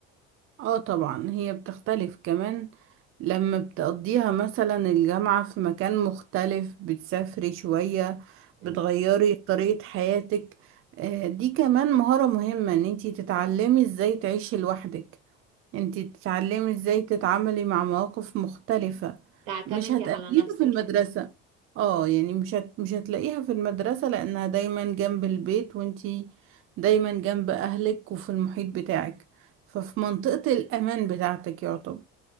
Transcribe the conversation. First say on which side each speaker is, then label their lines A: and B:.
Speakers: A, on the right; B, on the right.
A: اه طبعا هي بتختلف كمان لما بتقضيها مثلا الجامعة في مكان مختلف بتسافري شوية
B: مم.
A: بتغيري طريقة حياتك آه، دي كمان مهارة مهمة ان انتي تتعلمي ازاي تعيشي لوحدك انتي تتعلمي ازاي تتعاملي مع مواقف مختلفة
B: تعتمدي
A: مش هتقابليها
B: على نفسك
A: في المدرسة
B: يعني
A: اه يعني مش هت... مش هتلاقيها في المدرسة لانها دايما جنب البيت وانتي دايما جنب اهلك وفي المحيط بتاعك ففي منطقة الامان بتاعتك يعتبر